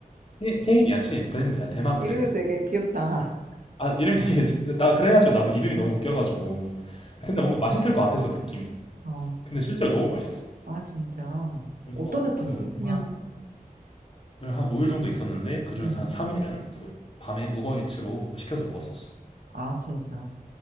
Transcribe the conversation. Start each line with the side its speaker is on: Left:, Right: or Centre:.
Left: 체- 체인이야 체인 브랜드야 대만
Right: 이름이
Left: 브랜드
Right: 되게 귀엽다.
Left: 아 이름이 되게 <laughs> 나 그래가지고 나도 이름이 너무 웃겨가지고 근데 뭔가 맛있을 것 같았어 느낌이
Right: 아,
Left: 근데 실제로 너무 맛있었어
Right: 아, 진짜.
Left: 그래서
Right: 어떤 느낌이지?
Left: 그 대만을
Right: 그냥,
Left: 한 5일 정도 있었는데 그중에서
Right: 음.
Left: 한 3일은 그 밤에 우버이츠로 시켜서 먹었었어
Right: 아, 진짜.